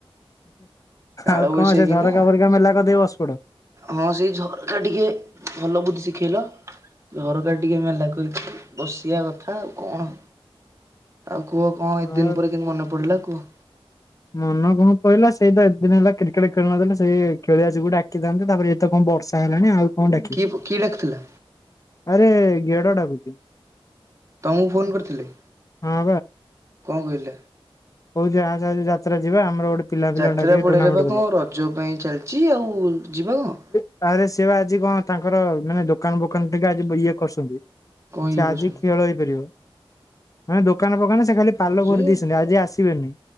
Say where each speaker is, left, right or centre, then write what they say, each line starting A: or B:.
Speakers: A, on the right; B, on the left.
A: କାଳ
B: ଆଉ
A: ବୈଶାଖୀ
B: କଣ ସେ ଝରକା
A: ନା।
B: ଫରକା ମେଲା କରିଦେଇ ବସିପଡ଼।
A: ହଁ ସେଇ ଝରକା ଟିକେ ଭଲ ବୁଦ୍ଧି ଶିଖେଇଲ। ଝରକା ଟିକେ ମେଲା କରିକି ବସିବା କଥା ଆଉ କଣ?
B: <inaudible>
A: ଆଉ କୁହ କଣ ଏ
B: ଆଉ
A: ଦିନ ପରେ କିନ୍ତୁ ମନେ ପଡି଼ଲା କୁହ?
B: ମନ କଣ ପହିଲା ସେଇ ତ ଏତ ଦିନ ହେଲା କ୍ରିକେଟ୍ ଖେଳି ନଥିଲେ ସେଇ ଖେଳିିବାଛି ଗୋଟେ ଡାକିଥାନ୍ତି ତାପରେ ଏତେ କଣ ବର୍ଷା ହେଲାଣି ଆଉ କଣ ଡାକିବ?
A: କି କି ଡାକିଥିଲା
B: ଆରେ ଗେଡ଼ ଡାକୁଛି।
A: ତମକୁ ଫୋନ କରିଥିଲେ,
B: ହଁ
A: କଣ କହିଲେ?
B: କହୁଛି ଅସେ ଆମେ ଯୀତ୍ରା ଯିବା ଅମର ଗୋଟେ ପିଲା ପିଲା
A: ଯାତ୍ରା
B: ଡାକିକି
A: ପଡି଼ଆରେ
B: ଟୁର୍ଣ୍ଣାମେଣ୍ଟ
A: ବା
B: କରିବା।
A: କଣ ରଜ ପାଇଁ ଚାଲିଛି, ଆଉ ଯିବା କଣ?
B: ତାରେ ସେ ବା ଆଜି କଣ ତାଙ୍କର ମାନେ ଦୋକାନ ବୋକାନ ଟିକେ ଆଜି ଇଏ କରୁଛନ୍ତି।
A: କଣ
B: ସେ
A: ଇଏ କରୁଛନ୍ତି?
B: ଆଜି ଖେଳ ହେଇପାରିବ ମାନେ ଦୋକାନ ପୋକାନ ସେ ଖାଲି ପାଲ
A: ହଁ ଯେ
B: କରିଦେଇଛନ୍ତି, ଆଜି ଆସିବେନି